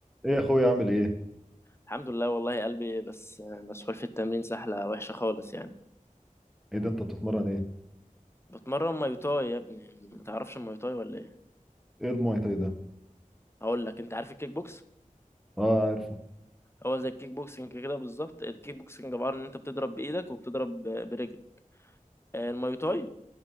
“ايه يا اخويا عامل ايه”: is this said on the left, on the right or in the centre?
Centre